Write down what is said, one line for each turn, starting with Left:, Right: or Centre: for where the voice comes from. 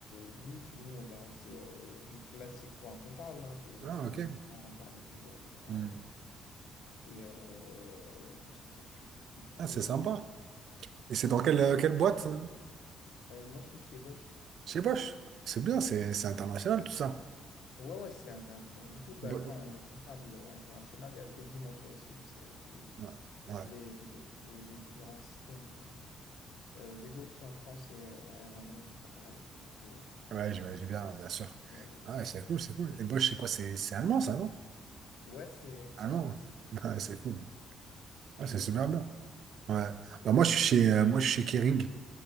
Left: oui, sinon, bah, c'est euh, du classique pour un comptable, hein, c'est
Right: Ah,
Left: faire
Right: ok.
Left: les bilans, faire les comptes de résultats
Right: Hmm.
Left: et, euh, et, euh, et tout ce qui s'ensuit. Donc, toutes
Right: Ah,
Left: les
Right: c'est sympa. Et c'est dans quelle, euh, quelle boîte? ça
Left: Euh, moi, je suis chez Bosch.
Right: Chez Bosch. C'est bien,
Left: Oui.
Right: c'est c'est international tout ça.
Left: Ouais, ouais, c'est international. Du coup, bah,
Right: Bo-
Left: quand on est comptable euh, international, il y a d'autres dimensions aussi, tu sais, euh, où
Right: Ouais, ouais,
Left: les, les, les- les différents systèmes euh, euh, légaux, tu sais, en France et euh, ailleurs dans le monde, ne sont pas pareils. Du coup, euh,
Right: Ouais, j'imagine
Left: voilà,
Right: bien, bien sûr.
Left: il y a autre
Right: Ah,
Left: chose
Right: ouais, c'est
Left: à faire.
Right: cool, c'est cool. Et Bosch, c'est quoi? C'est c'est allemand ça, non?
Left: Ouais, c'est c'est
Right: Allemand.
Left: allemand, ça.
Right: <laughs> Ah,
Left: c'est
Right: c'est cool.
Left: c'est
Right: Ah,
Left: une
Right: c'est
Left: boîte
Right: super
Left: allemande.
Right: bien. Ouais. Bah, moi, je suis chez, euh, moi, je suis chez Kering.